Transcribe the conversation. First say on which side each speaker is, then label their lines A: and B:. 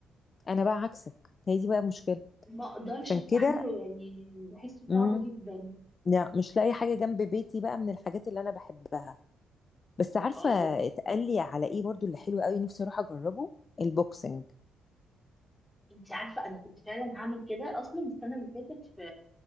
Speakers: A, on the left (about 40°); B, in the centre.
A: انا بقى عكسك هي دي بقى مشكله
B: ما اقدرش
A: عشان
B: استحمله
A: كده
B: يعني بحسه
A: امم
B: صعب جدا
A: لا مش لاقي حاجه جنب بيتي بقى من الحاجات اللي انا بحبها بس عارفه
B: اه
A: اتقال لي على ايه برضو اللي حلو قوي نفسي اروح اجربه البوكسنج
B: انت عارفه انا كنت فعلا هعمل كده اصلا السنه اللي فاتت في